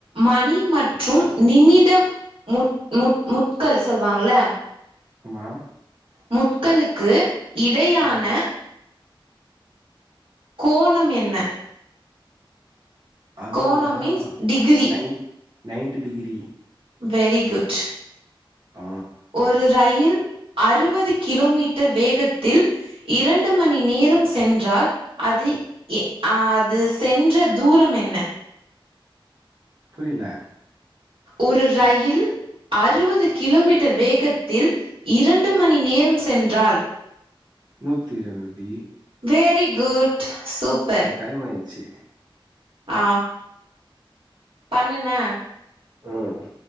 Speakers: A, on the right; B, on the right.
A: மணி மற்றும் நிமிடம் முட் முட்கள் சொல்வாங்கள
B: ஆமா
A: முட்களுக்கு இடையான
B: ம்.
A: கோணம் என்ன
B: அதுவா
A: கோணம் means degree
B: nine ninety degree
A: very good
B: ஆ
A: ஒரு ரயில் அறுவது கிலோமீட்டர் வேகத்தில் இரண்டு மணி நேரம் சென்றால் அது எ அது சென்ற தூரம் என்ன
B: புரியல
A: ஒரு ரயில் அறுவது கிலோமீட்டர் வேகத்தில் இரண்டு மணி நேரம் சென்றால்
B: நூத்தி இருவதி
A: வெரி குட் சூப்
B: து டைம் ஆய்ச்சு
A: ஆ பண்ணுண்ண
B: ம்